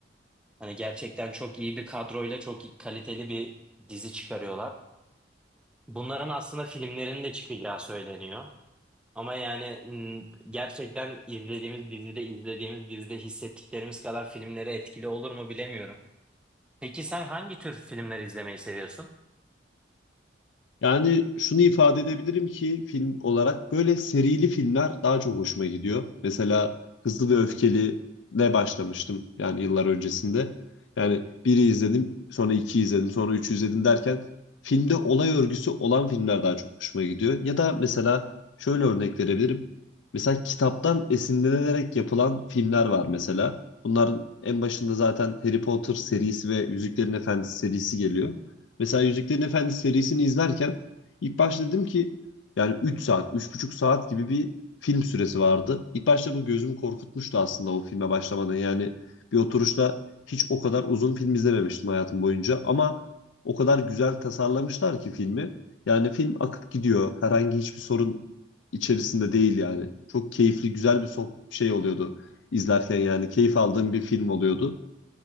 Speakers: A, in the centre; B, on the left.
A: Hani gerçekten çok iyi bir kadroyla çok iyi- kaliteli bir dizi çıkarıyorlar. Bunların aslında filmlerin de çıkacağı söyleniyor. Ama yani m, gerçekten izlediğimiz dizide izlediğimiz dizide hissettiklerimiz kadar filmlere etkili olur mu bilemiyorum. Peki sen hangi tür filmler izlemeyi seviyorsun?
B: Yani şunu ifade edebilirim ki film olarak böyle serili filmler daha çok hoşuma gidiyor. Mesela Hızlı ve Öfkeli ne başlamıştım yani yıllar öncesinde. Yani biri izledim, sonra iki izledim, sonra üç izledim derken filmde olay örgüsü olan filmler daha çok hoşuma gidiyor. Ya da mesela şöyle örnek verebilirim. Mesela kitaptan esinlenerek yapılan filmler var mesela. Bunların en başında zaten Harry Potter serisi ve Yüzüklerin Efendisi serisi geliyor. Mesela Yüzüklerin Efendisi serisini izlerken ilk başta dedim ki yani 3 saat, üç buçuk saat gibi bir film süresi vardı. İlk başta bu gözümü korkutmuştu aslında o filme başlamadan. Yani bir oturuşta hiç o kadar uzun film izlememiştim hayatım boyunca ama o kadar güzel tasarlamışlar ki filmi. Yani film akıp gidiyor. Herhangi hiçbir sorun içerisinde değil yani. Çok keyifli, güzel bir soh- şey oluyordu izlerken yani keyif aldığım bir film oluyordu.